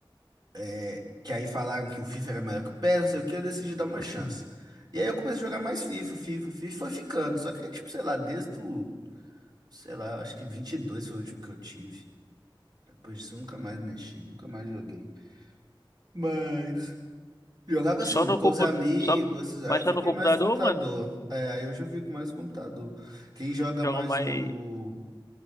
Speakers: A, on the right; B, on the left.
A: É, que aí falaram que o FIFA era melhor que o PES, não sei o que, eu decidi dar uma chance.
B: Hum.
A: E aí eu comecei a jogar mais FIFA, FIFA, FIFA, foi ficando. Só que aí, tipo, sei lá, desde o, sei lá, acho que 22 foi o último que eu tive. Depois disso eu nunca mais mexi, nunca mais joguei. Mas... Jogava assim,
B: Só no
A: com
B: computador.
A: os amigos,
B: Só...
A: esses- aí
B: Mas
A: eu
B: só
A: fiquei
B: no computador,
A: mais no computador.
B: mano.
A: É, aí hoje eu fico mais no computador. Quem joga
B: Joga
A: mais
B: mais
A: no...